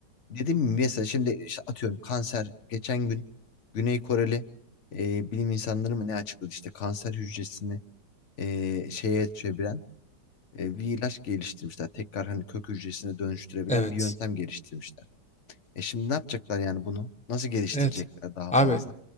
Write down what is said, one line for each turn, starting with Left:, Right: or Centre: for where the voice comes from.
Left: dedim mi mesela şimdi işte atıyorum kanser geçen gün Güney Koreli e, bilim insanları mı ne açıkladı işte kanser hücresini e, şeye çeviren e, bir ilaç geliştirmişler. Tekrar hani kök hücresine dönüştürebilen
Centre: evet.
Left: bir yöntem geliştirmişler. E şimdi ne yapacaklar yani bunu? Nasıl geliştirecekler
Centre: Evet.
Left: daha
Centre: Abi
Left: fazla?